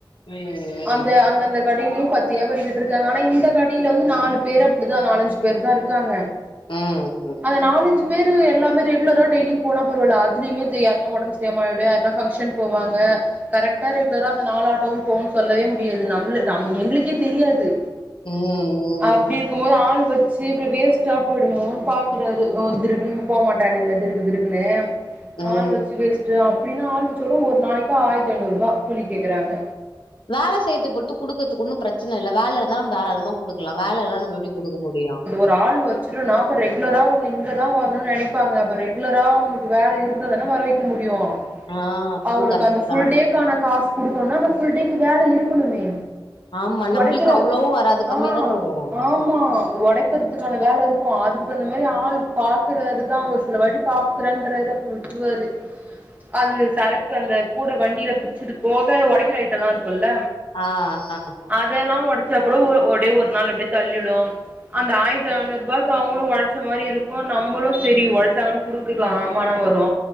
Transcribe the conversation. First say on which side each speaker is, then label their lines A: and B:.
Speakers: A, on the left; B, on the right.
A: ம்
B: அந்த அந்த கடையிலயும் பத்து வியாபாரி கிட்டருக்காங்க ஆனா இந்த கடையில வந்து நாலு பேர் அப்டிதான் நாலஞ்சு பேர் தா இருக்காங்க
A: ம்
B: அந்த நாலஞ்சு பேர் எல்லாமே ரெகுலர டெய்லும் போன பரவால அதுலயுமே இது யார்ன ஒடம்பு சரியாம ஆயிடு யார்னா ஃபங்க்ஷன் போவாங்க அ கரெக்டா ரெகுலரா அந்த நாலு ஆட்டோவும் போவு சொல்லவே முடியாது நம்ளு நம் எங்களுக்கே தெரியாது
A: ம் ம்
B: அப்டி இருக்கும் போது ஆள் வச்சு அப்ற வேஸ்ட்டா போயிடுமோனு பாக்குறாரு <unintelligible> போக மாட்ட டானுங்க திருக்குதுருக்குனு
A: ம்
B: ஆள் வச்சு வேஸ்ட் அப்டின்னா ஆள் வச்சோட ஒரு நாளைக்கு ஆயிரத்தி ஐநூறுபா கூலி கேக்குறாங்க
A: வேலை செய்யது பொறுத்து குடுக்கறதுக்கு ஒன்னும் பிரச்சன இல்ல வேலை இருந்தா நம்ம தாராளம குடுக்கலா வேலை இல்லன்ன நம்ம எப்டி குடுக்க முடியு
B: இப்ப ஆள் வச்சருனா அப்ப ரெகுலரா அவங்க இங்க தா வரணும்னு நினைப்பாங்க அப்ப ரெகுலரா உங்களுக்கு வேல இருந்தாதன வர வைக்க முடியும்
A: ஆ அதுவு
B: அவங்களுக்கு
A: கரெக்ட்
B: அந்த ஃபுல்
A: தா
B: டேக்கான காசு குடுக்கோனா அந்த ஃபுல் டேக்கு வேல இருக்கணுமே
A: ஆமா நம்மளுக்கு
B: ஒடைக்கிற
A: அவ்வளவு வராது கம்மியா
B: ஆ
A: தான வரும்
B: ஆமா உடைக்கிறதுக்கான வேலை இருக்கும் அதுக்கு தகுந்த மாதிரி ஆள் பாக்குறாருதா ஒரு சில வாட்டி பா ரண்டரேது அப்ரோ விட்டுருவாரு அது சரக்கு அந்த கூட வண்டியில புடிச்சது போக ஒடைக்கிற ஐட்டோலா இருக்குல்ல
A: ஆ ஆ
B: அதெல்லா ஒடைச்சா கூட ஒரு டே ஒரு நாள் அப்படி தள்ளிடு அந்த ஆயிரத்தி ஐநூருபாக்கு அவங்களு ஒழைச்ச மாரி இருக்கு நம்மளு சரி ஒழைச்ச குடுக்கலா மனோ வரு